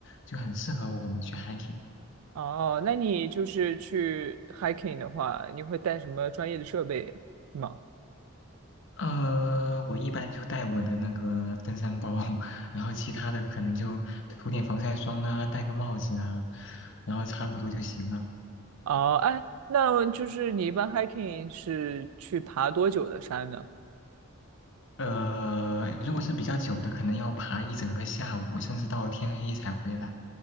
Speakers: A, on the left; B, on the right.
A: 就很适合我们去 hiking。
B: 哦，那你就是去 hiking 的话，你会带什么专业的设备吗？
A: 呃，我一般就带我的那个登山包，<laughs> 然后其他的可能就涂点防晒霜啊，戴个帽子啊，然后差不多就行了。
B: 哦，哎，那就是你一般 hiking 是去爬多久的山呢？
A: 呃，如果是比较久的，可能要爬一整个下午，甚至到天黑才回来。